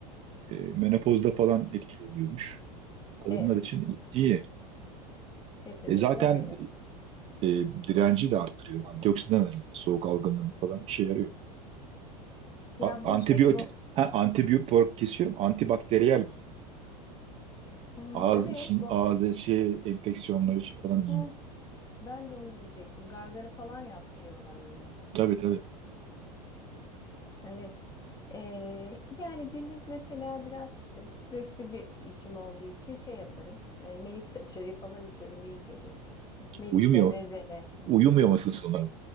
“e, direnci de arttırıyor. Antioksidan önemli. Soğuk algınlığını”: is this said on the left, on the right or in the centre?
Right